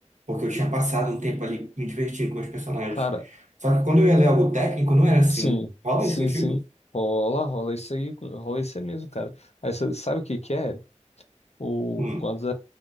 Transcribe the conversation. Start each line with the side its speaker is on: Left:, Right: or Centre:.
Right: porque eu tinha passado um tempo ali me divertindo com os personagens.
Left: cara,
Right: Só que quando eu ia ler algo técnico, não era assim.
Left: sim,
Right: Rola
Left: sim,
Right: isso contigo?
Left: sim. Rola, rola isso aí, rola isso aí mesmo, cara. Aí você sabe o que que é? O
Right: Hum,
Left: quando,